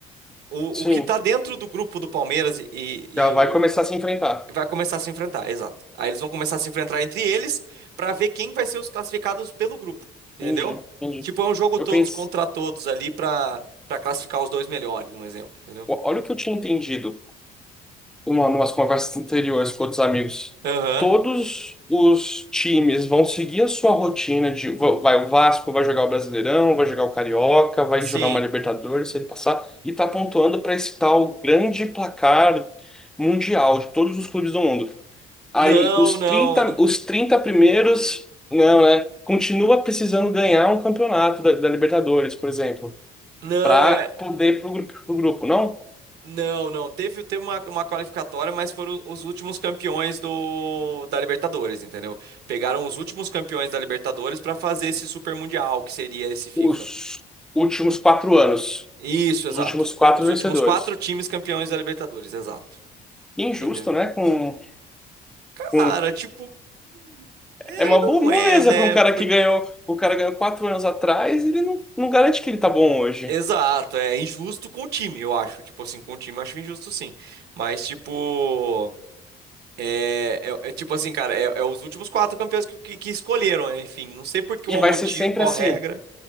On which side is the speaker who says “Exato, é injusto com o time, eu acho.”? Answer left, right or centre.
Right